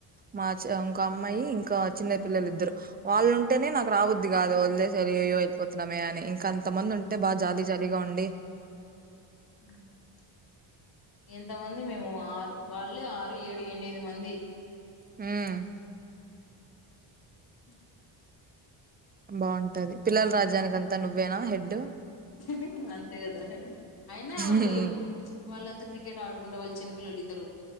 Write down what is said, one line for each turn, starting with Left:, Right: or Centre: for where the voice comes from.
Right: మా చే అమ్ ఒక అమ్మాయి ఇంకా చిన్న పిల్లలు ఇద్దరు వాళ్ళు ఉంటేనే నాకు రాబుద్ది కాదు వల్ దెస్ యాలి ఇఇయియో వెళ్ళిపోతున్నామే అని ఇంకా అంత మంది ఉంటే బా జాలీ జాలీగా ఉం
Left: అ <inaudible> ఇంతమంది మేము ఆరు వాళ్ళే ఆరు ఏడు ఎన్ మిది మంది
Right: హ్మ్
Left: <inaudible>
Right: బాఉటది పిల్లల రాజ్యానికి అంతా నువ్వేనా హెడు
Left: హే హే అంతే కదా అయినా వాళ్ళు
Right: హ్మ్
Left: ఎప్పుడు వాళ్ళంతా క్రికెట్ ఆడుకుంటు వాళ్ చిన్నపిల్లలు ఇద్దరు